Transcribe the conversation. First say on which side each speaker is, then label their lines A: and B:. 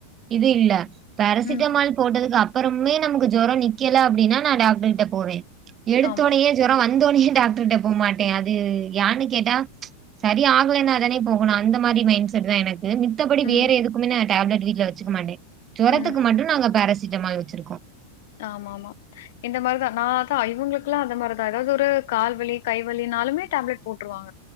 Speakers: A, on the right; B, on the left.
A: இது இல்ல பேரசிட்டமால்
B: ம்
A: போட்டதுக்கு அப்புறமே நமக்கு ஜொரோ நிக்கில அப்டினா நா டாக்டர் கிட்ட போவே எடுத்தோனையே
B: ஆமா
A: ஜொரோ வந்தோனயே டாக்டர்ட்ட போ மாட்டே அது யானு கேட்டா சரி ஆகலன்னா தானே போகணு அந்த மாரி மைண் செட் தா எனக் கு மித்தபடி
B: ம்
A: வேற எதுக்குமே நா டேப்லெட் வீட்ல வச்சுக்க மாட்டே ஜொரத்துக்கு
B: ம்
A: மட்டு நாங்க பேரசிட்டமால் வச்சிரு
B: ஆமா ஆமா இந்த மார்தா நா அதா இவுங்ளுக்ல்லா அந்த மாரிதா ஏதாவது ஒரு கால் வலி கை வலின் னாலுமே டேப்லெட் போட்ருவாங்க